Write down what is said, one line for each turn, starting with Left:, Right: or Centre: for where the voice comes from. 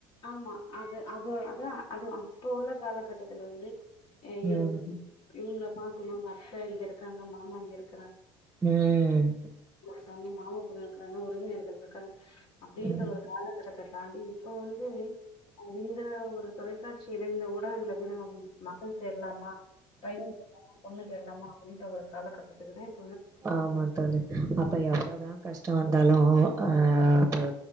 Left: ஆமா அது அது அதான் அது அப்போ உள்ள காலகட்டத்துல வந்து ஏய்யோ
Right: ம்.
Left: இவுங்கள பாக்கணும் பா அத்த இங்க இருக்காங்க மாமா இங்க இருக்
Right: உம்
Left: இருக்காங்க மாமா பொண்ணு இருக்கறாங்க உறவினர்கள் இருக்காங்க அப்டின்ற
Right: ம்.
Left: ஒரு காலக் கட்டத்துல தாண்டி இப்போ வந்து ஆஹ் லீவ் இந்த ஒரு தொலைக்காட்சி இடைல கூட அதுல கூட நம்ம மகள் தேடலாமா பையன் தேடலாமா பொண்ணு தேடலாமா அப்டின்ற ஒரு காலகட்டத்துக்குதான்
Right: ஆமா தோழி அப்ப எவ்வளவுதான் கஷ் டம் வந்தாலும் அஹ் இப்ப